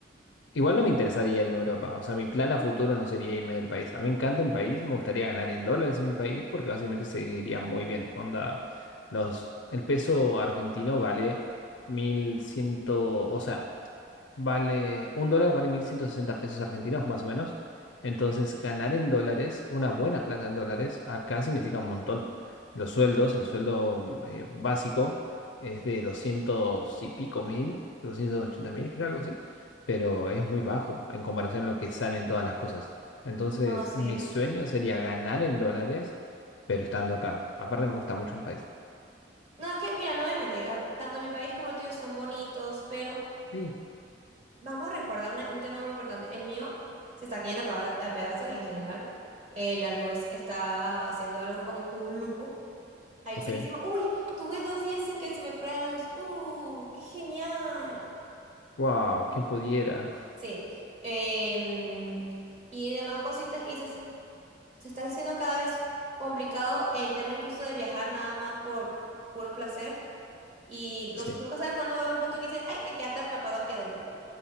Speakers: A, on the left; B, on the right.
A: Igual no me interesaría irme a Europa. O sea, mi plan a futuro no sería irme del país. A mí me encanta mi país, me gustaría ganar en dólares en mi país porque básicamente se viviría muy bien. Onda, los, el peso argentino vale mil ciento o sea, vale, un dólar vale 1.160 pesos argentinos más o menos. Entonces, ganar en dólares, una buena plata en dólares, acá significa un montón. Los sueldos, el sueldo mm, eh, básico es de 200 y pico mil, doscientos ochenta mil, creo algo así, pero es muy bajo en comparación a lo que salen todas las cosas. Entonces,
B: No, sí.
A: mi sueño sería ganar en dólares, pero estando acá. Aparte, me gusta mucho mi país.
B: No, es que, mira, no voy a mentir. ah, Tanto mi país como el tuyo son bonitos, pero
A: Sí.
B: Vamos a recordar una- un tema muy importante. El mío se está cayendo a pa- a pedazos en general. Eh, la luz está haciendo algo como con un lujo. Hay
A: Ok.
B: veces que decimos, uy, tuve dos días sin que se me fuera la luz. ¡Uh, qué genial!
A: Wow, ¿quién pudiera?
B: Sí. Em, y demás cositas que dices, se está haciendo cada vez complicado el tema incluso de viajar nada más por puro placer. Y no-
A: Sí.
B: nunca sabes cuándo va a haber un punto que dices, ay, te quedaste atrapado aquí adentro.